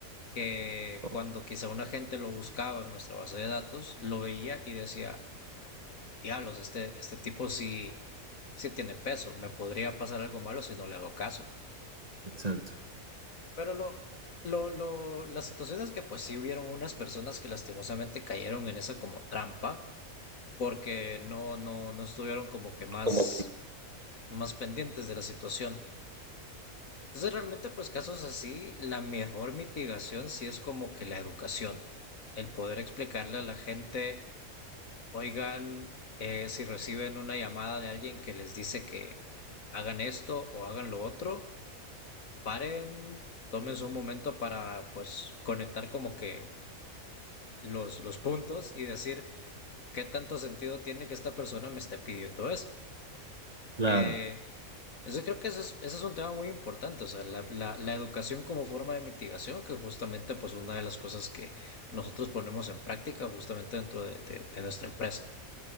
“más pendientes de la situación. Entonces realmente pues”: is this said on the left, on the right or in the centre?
Left